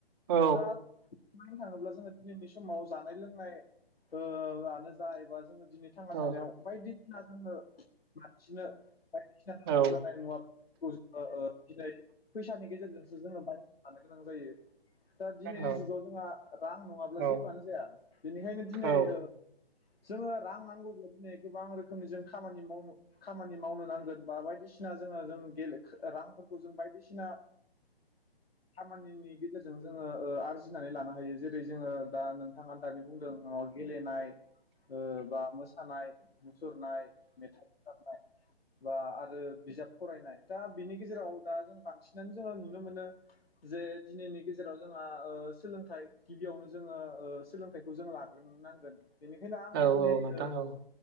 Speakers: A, on the right (about 25°); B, on the left (about 70°).
A: औ
B: दा बुंनो थाङोब्ला जोङो ओ दिनै बे समाव जानाय लोंनाय ओ आनो जा <unintelligible> दिनै थांना
A: औ
B: थानायाव बायदिसिना जोंओ मानसिनो बायदिसिना नांगौ
A: औ
B: जानाय मुवा बेादफोरखौ जोङो दिनै फैसानि गेजेरजोंसो जोङो बाय थानो गोनां जायो दा दिनैनि
A: औ
B: जुगाव जोंहा रां नङाब्ला
A: औ
B: जेबोआनो जाया। बेनिखायनो दिनै
A: औ
B: ओ जोङो रां नांगौब्ला दिनै गोबां रोखोमनि जों खामानि माव खामानि मावनो नांगोन बा बायदिसिना जोङो जों गेले रां फोरखौ जों बायदिसिना खामानिनि गेजेरजों जोङो आरजिनानै लानो हायो जेरै जोङो दा नोंथाङा दानि बुंदों माबा गेलेनाय ओ बा मोसानाय सुरनाय मेथाइ रोजाबनाय बा आरो बिजाब फरायनाय दा बिनि गेजेराव दा जों बांसिनानो जोङो नुनो मोनो जे दिनैनि गेजेराव जोंहा ओ सोलोंथाइ गिबियावनो जोङो ओ सोलोंथाइखौ जों लाग्रो नांगोन। बेनिखायनो आङो
A: औ
B: दिनै
A: नोंथां
B: ओ
A: औ